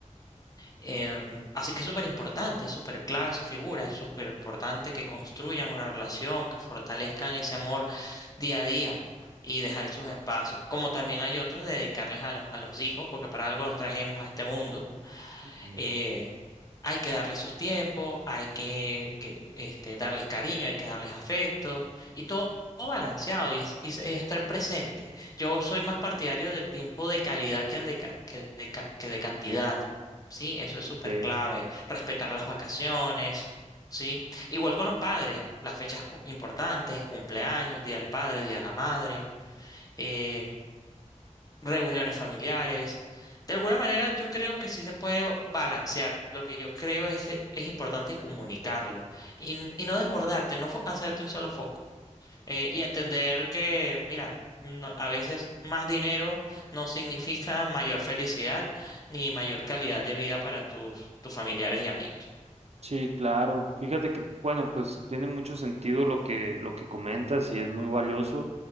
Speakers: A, on the left; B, on the right.
A: Em, así que es súper importante, es súper clave su figura, es súper importante que construyan una relación, que fortalezcan ese amor día a día y dejar sus espacios. Como también hay otros de dedicarles a los, a los hijos, porque para algo los trajimos a este mundo
B: Ujú.
A: eh, hay que darles sus tiempos, hay que, que, este, darles cariño, hay que darles afecto y todo balanceado y, es- y es- y estar presente. Yo soy más partidario del tiempo de calidad que el de, ca- que de, ca- que de cantidad. Sí, eso es
B: Ok.
A: súper clave. Respetar las vacaciones, sí. Igual con los padres, las fechas cu- importantes, cumpleaños, día del padre, día de la madre. eh, reuniones familiares. De alguna manera, yo creo que sí se puede balancear. Lo que yo creo es que es importante comunicarlo y, n- y no desbordarte, no fo- hacerte un solo foco. Eh, y entender que, mira, no- a veces más dinero no significa mayor felicidad ni mayor calidad de vida para tus, tus familiares y amigos.
B: Sí, claro. Fíjate que, bueno, pues tiene mucho sentido lo que, lo que comentas y es muy valioso.